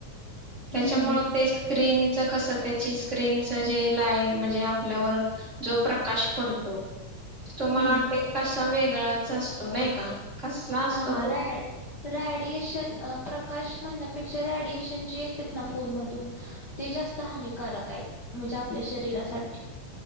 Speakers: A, on the right; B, on the left.
A: त्याच्यामुळे
B: हम्म
A: ते स्क्रीन च कसं त्याची स्क्रीनच जे लाय म्हणजे आपल्यावर जो प्रकाश पडतो तो मला
B: हम्म
A: वाटत कसा वेग गळाच असतो नाही का? कसला असतो
B: हा
A: तो?
B: रॅड रॅडिएशन प्रकाश म्हणण्यापेक्षा रेडिएशन जे येतेत ना फोन मधून ते जास्त हानिकारक आहेत म्हणजे आपल्या शरीरासाठी.